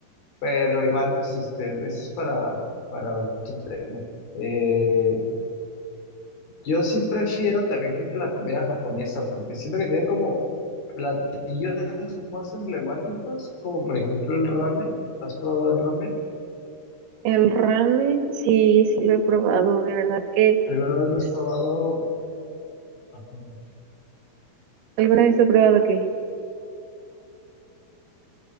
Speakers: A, on the left; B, on the right.
A: pero igual pues este, eso es para, para otro. tema. Eh, yo sí prefiero también creo que la comida japonesa, porque siento que tiene como platillos más emblemáticos, como por ejemplo el ramen. ¿Has probado el ramen?
B: El ramen, sí, sí lo he probado, de verdad que
A: ¿Alguna vez lo
B: es-
A: has probado? Ajá.
B: ¿Alguna vez lo he probado qué?